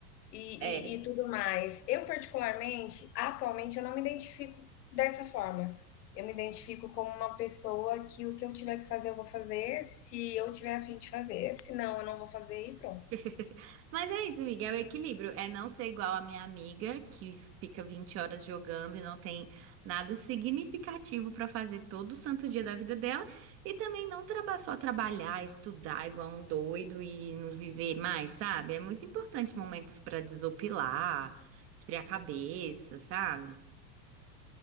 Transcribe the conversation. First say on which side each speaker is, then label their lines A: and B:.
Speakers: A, on the left; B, on the right.
A: e,
B: É.
A: e, e tudo mais. Eu, particularmente, atualmente, eu não me identifico dessa forma. Eu me identifico como uma pessoa que o que eu tiver que fazer, eu vou fazer, se eu tiver a fim de fazer, se não, eu não vou fazer e pronto.
B: <laughs> Mas é isso, amiga, é o equilíbrio. É não ser igual a minha amiga, que fica 20 horas jogando e não tem nada significativo pra fazer todo santo dia da vida dela. E também não traba- só trabalhar, estudar igual um doido e não viver mais, sabe? É muito importante momentos pra desopilar, esfriar a cabeça, sabe?